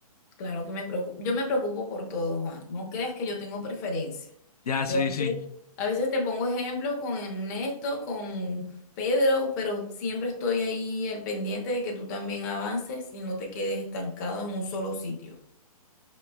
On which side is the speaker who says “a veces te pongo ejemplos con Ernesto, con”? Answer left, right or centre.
Left